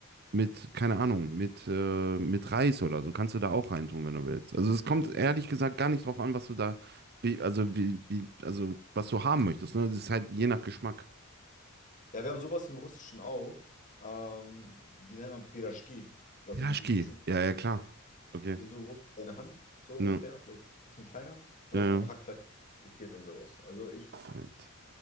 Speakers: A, on the right; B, on the left.
A: mit, keine Ahnung, mit, äh, mit Reis oder so kannst du da auch reintun, wenn du willst. Also es kommt ehrlich gesagt gar nicht drauf an, was du da, wie, also wie, wie, also was du haben möchtest. Ne? Das ist halt je nach Geschmack.
B: Ja, wir haben sowas im Russischen auch. Ähm, die nennt man Piraschki. Das
A: Pilaschki.
B: sind die ein bisschen
A: Ja, ja, klar. Okay.
B: Die sind so groß wie deine Hand, so ungefähr,
A: Ne.
B: vielleicht ein bisschen kleiner. Und
A: Ja,
B: das auch
A: ja.
B: Hackfleisch frittiert und sowas. Also ich
A: Fett.